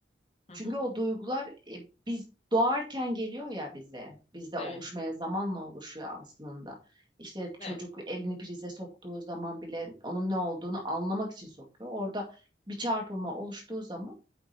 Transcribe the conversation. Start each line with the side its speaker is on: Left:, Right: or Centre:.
Left: Hı
Right: Çünkü
Left: hı.
Right: o duygular e, biz doğarken geliyor ya bize. Bizde
Left: Evet.
Right: oluşmaya zamanla oluşuyor aslında. İşte çocuk
Left: Evet.
Right: elini prize soktuğu zaman bile onun ne olduğunu anlamak için sokuyor. Orada bir çarpılma oluştuğu zaman